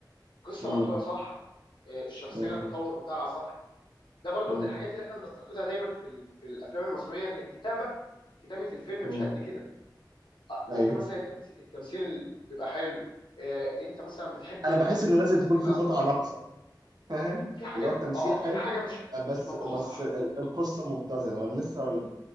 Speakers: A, on the left (about 80°); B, on the right (about 55°).
A: قصه
B: مم.
A: مكتوبه صح آه، الشخصيه
B: مم.
A: التطور بتاعها صح ده برضو
B: مم.
A: من الحاجات اللي احنا بنفتقدها دايما في ال- في الافلام المصريه ان الكتابه كتابه الفيلم مش
B: مم.
A: قد كده آه، ممكن
B: ايوه
A: مثلا التمس- التمثيل بيبقى حلو آه، انت مثلا بتحب
B: انا
A: ال-
B: بحس ان
A: الممثلين
B: لازم تكون في
A: اصلا
B: قطعه ناقصه فاهم
A: في حاجه
B: اللي هو التمثيل
A: اه
B: حلو
A: في حاجه مش
B: بس
A: مش مطبوخه
B: بس
A: صح
B: ال- القصه مبتذله ما انا لسه ولا